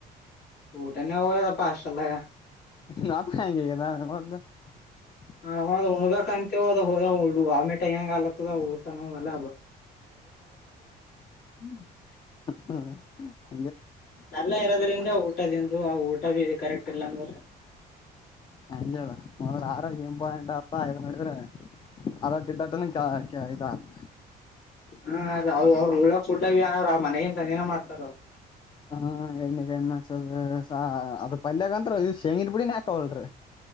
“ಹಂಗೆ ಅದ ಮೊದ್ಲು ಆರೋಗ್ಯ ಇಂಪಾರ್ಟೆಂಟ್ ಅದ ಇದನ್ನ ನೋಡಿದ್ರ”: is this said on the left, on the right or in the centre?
Left